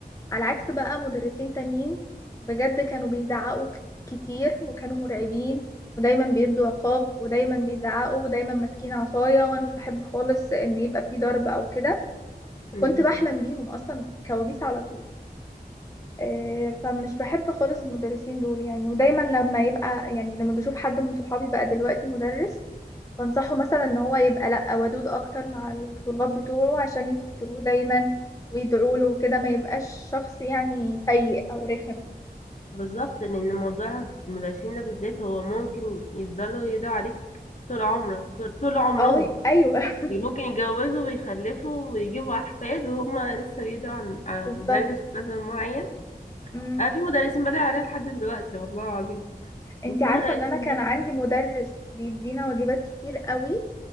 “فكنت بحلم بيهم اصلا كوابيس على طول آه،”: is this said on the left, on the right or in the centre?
Left